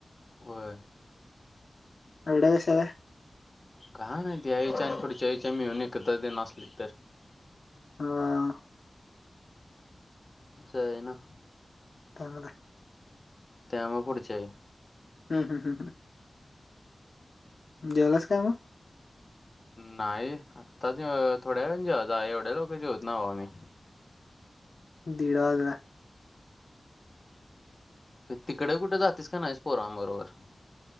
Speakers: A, on the left; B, on the left.
A: होय.
B: एवढ्या कश्या काय?
A: काय माहीत ह्यांच्या आणि पुढच्या महिन्याच्या मिळून एकत्र देणार असलीत तर,
B: हा
A: कळेना.
B: चांगलं आहे.
A: त्यामुळ पुढच्या वेळी
B: हम् हम् हम् हम् जेवलास काय मग?
A: नाही आताच थोड्या वेळान जेवायाचं एवढ्या लवकर जेवत नाही बाबा मी
B: दीड वाजले.
A: तिकडं कुठं जातिस काय नाही पोराण बरोबर